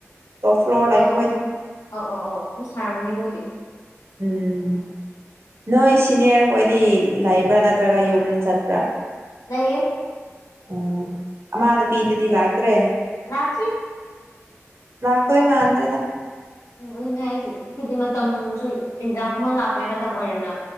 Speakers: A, on the right; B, on the left.
A: ꯇꯣꯞ ꯐ꯭ꯂꯣꯔ
B: ꯑ
A: ꯂꯩꯕ ꯈꯣꯏꯗꯣ
B: ꯑ ꯑ ꯑ ꯎꯁꯥꯔꯝꯅꯤ ꯃ
A: ꯎꯝ ꯅꯣꯏ ꯁꯤꯅꯤꯌꯥꯔ ꯈꯣꯏꯗꯤ ꯂꯩꯕ꯭ꯔꯥ ꯅꯠꯇ꯭ꯔꯒ ꯌꯨꯝ ꯆꯠꯄ꯭ꯔꯥ
B: ꯅꯌꯦ
A: ꯎꯝ ꯃꯥ ꯅꯨꯨꯄꯤꯗꯗꯤ ꯂꯥꯛꯇ꯭ꯔꯦ
B: ꯂꯥꯛꯇ꯭ꯔꯤ
A: ꯂꯥꯛꯇꯏ ꯃꯥꯥꯟꯗꯔꯤꯗ
B: ꯎꯝ ꯑꯗꯨꯅꯦ ꯍꯥꯏꯁꯦ ꯍꯥꯏꯗꯤ ꯃꯇꯝꯁꯨ ꯑꯦꯛꯖꯥꯝ ꯑꯃ ꯂꯥꯛꯄꯩ ꯃꯇꯝ ꯑꯣꯏꯔꯅ